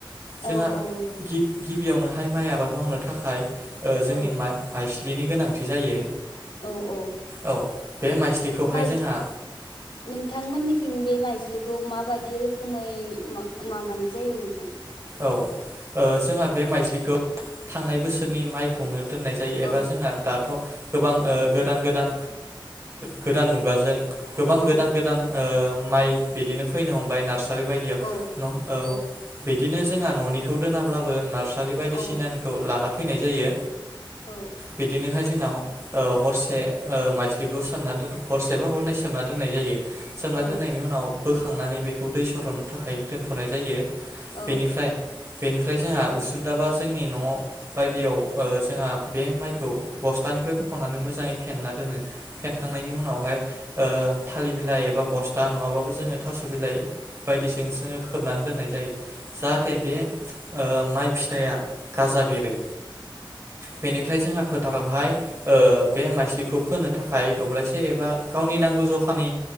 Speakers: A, on the left; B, on the right.
A: औ
B: जोंहा
A: नंगौ
B: गिबियावनोहाय माइ आबाद मावनो थाखाय ओ जोंनि
A: औ
B: माइ माइसालि। लिनि गोनांथि जायो।
A: औ औ
B: औ बे माइस्लिखौहाय
A: माइजलि
B: जोंहा
A: नोंथांमोननिखिं बे माइज्लिखौ। खौ माबायदि रोखोमै माबानाय जायो नोंथां?
B: औ जोंहा बे माइज्लिखौ थांनाय बोसोरनि माइखौनो दोननाय जायो एबा
A: औ
B: जोंना दाथ' गोबां गोदान गोदान गोदान मुगाजों गोबां गोदान
A: औ
B: गोदान ओ माइ बिदिनो फैनो हमबाय नार्सा बेबायदियाव
A: औ
B: न'औ
A: औ
B: बिदिनो जोंहा न'निखौ दोनाब्लाबो नारस सारि बायदिसिनानिखौ
A: औ
B: लाना फैनाय जायो।
A: औ
B: बिदिनोहाय जोंनाव हरसे माइजलिखौ सोमना दोन हरसे बा हरनै सोमना दोननाय जायो। सोमना
A: औ
B: दोननायनि उनाव बोखांनानै बे खौ दै सर'नो थाखाय दोनथ'नाय जायो।
A: औ
B: बेनिफ्राय बेनिफ्राय जोंहा उसुन्दाबा जोंनि न' बायदियाव जोंहा बे माइखौ बस्थानिफ्राय बख'नानै मोजाङै फे नना दोनो। फेनखांनायनि उनावहाय थालिर बिलाइ एबा बस्था नङाबाबो जोङो थास' बिलाइ बायदिजों सोङो खोबनानै दोननाय जायो। जाहाथे बे माइ फिथाया गाजा बेरो बेनिफ्राय जोंहा फोथारावहाय बे माइस्लिखौ फोनो थाखाय दब्लायसे एबा गावनि नांगौ जखानि